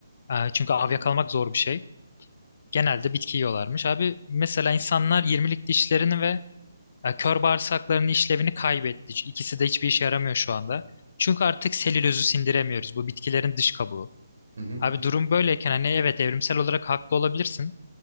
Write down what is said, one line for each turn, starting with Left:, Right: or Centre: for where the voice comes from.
Left: Aa, çünkü av
Right: Hı
Left: yakalamak
Right: hı.
Left: zor bir şey. Genelde bitki yiyorlarmış. Abi mesela insanlar 20'lik dişlerini ve E, kör bağırsaklarının işlevini kaybetti. İkisi de hiçbir işe yaramıyor şu anda. Çünkü artık selülozu sindiremiyoruz. Bu bitkilerin dış kabuğu.
Right: Hı
Left: Abi durum böyleyken hani evet evrimsel olarak haklı olabilirsin.